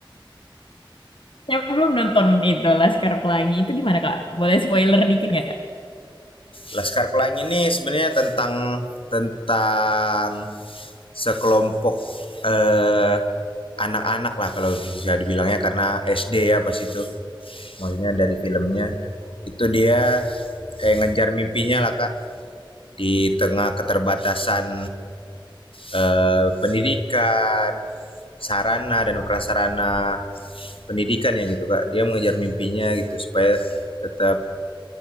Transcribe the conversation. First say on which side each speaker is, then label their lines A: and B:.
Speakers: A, on the left; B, on the left.
A: saya belum nonton itu Laskar Pelangi. Itu gimana, Kak? Boleh spoiler dikit nggak?
B: Laskar Pelangi ini sebenarnya tentang tentang sekelompok eh anak-anak lah kalau bisa dibilangnya karena SD ya pas itu. Maksudnya dari filmnya itu dia kayak ngejar mimpinya lah Kak di tengah keterbatasan eh, pendidikan, sarana dan prasarana pendidikan ya gitu kak. Dia mengejar mimpinya gitu supaya tetap